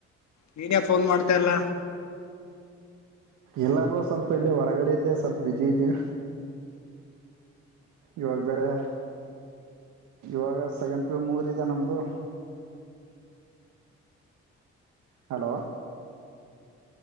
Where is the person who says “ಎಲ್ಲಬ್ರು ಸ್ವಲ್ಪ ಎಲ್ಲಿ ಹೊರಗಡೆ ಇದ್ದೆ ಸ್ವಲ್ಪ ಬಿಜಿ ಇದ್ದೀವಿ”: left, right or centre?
Right